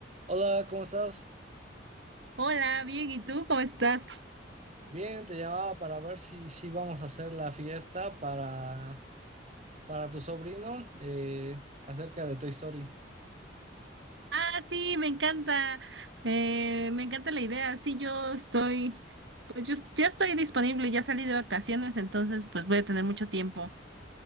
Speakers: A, on the right (about 40°); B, on the right (about 80°).
A: Hola, ¿cómo estás?
B: Hola, bien, ¿y tú cómo estás?
A: Bien, te llamaba para ver si, si vamos a hacer la fiesta para, para tu sobrino eh, acerca de Toy Story.
B: Ah, sí, me encanta, eh, me encanta la idea. Sí, yo estoy, pues yo ya estoy disponible, ya salí de vacaciones, entonces pues voy a tener mucho tiempo.